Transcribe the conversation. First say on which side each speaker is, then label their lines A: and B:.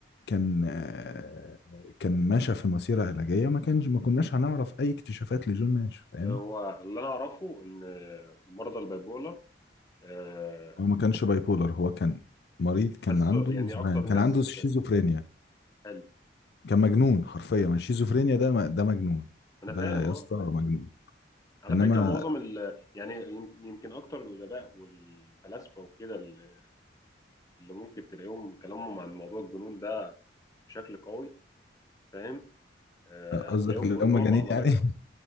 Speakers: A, on the left; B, on the left.
A: كان آه، كان ماشي في مسيرة علاجية ما كانش ما كناش هنعرف اي اكتشافات لجون ناش فاهم
B: آه، هو اللي انا اعرفه ان آه، مرضى البايبولر آه،
A: هو ما كانش باي بولر هو كان مريض كان
B: بس
A: عنده
B: يعني
A: ذهان
B: اكتر
A: كان
B: ناس
A: عنده شيزوفرينيا
B: آه، حلو
A: كان مجنون حرفيا ما الشيزوفرينيا ده ما- ده مجنون
B: انا
A: ده
B: فاهم
A: يا
B: اه
A: اسطى مجنون
B: فاهم على
A: انما
B: فكره معظم ال يعني يم- يمكن اكتر الادباء والفلاسفه وكده اللي اللي ممكن تلاقيهم كلامهم عن موضوع الجنون ده بشكل قوي فاهم آه،
A: قصدك
B: هتلاقيهم
A: اللي
B: كلهم
A: هم مجانين
B: عمالقه
A: يعني